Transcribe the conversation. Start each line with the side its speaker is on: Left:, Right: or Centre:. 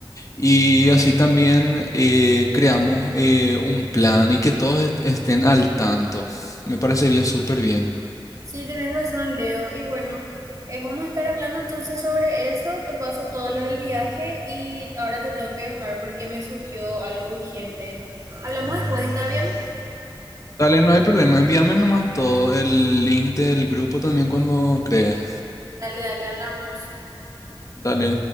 Left: Y así también eh, creamos eh, un plan y que todos est- estén al tanto. Me parecería súper bien.
Right: Sí, tenés razón, Leo. Y bueno, eh, vamos a estar hablando entonces sobre eso. Te paso todo lo del viaje y ahora te tengo que dejar porque me surgió algo urgente. Hablamos después, ¿está bien?
Left: Dale, no hay problema. Envíame nomás todo el link del grupo también cuando crees.
Right: Dale, dale, hablamos.
Left: Dale.